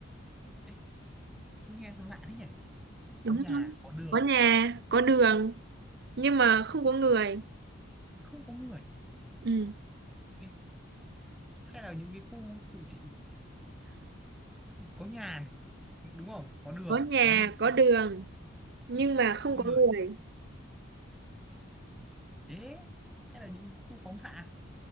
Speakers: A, in the centre; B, on the right.
A: Ê, sao nghe nó lạ thế nhỉ có
B: đúng
A: nhà
B: không
A: có đường
B: có nhà có đường nhưng mà không có người
A: không có người
B: ừ
A: Ê, hay là những cái khu tự trị có nhà này đúng không có đường
B: có nhà
A: có người
B: có
A: à,
B: đường nhưng mà không
A: không có
B: có
A: người
B: người
A: ế hay là những khu phóng xạ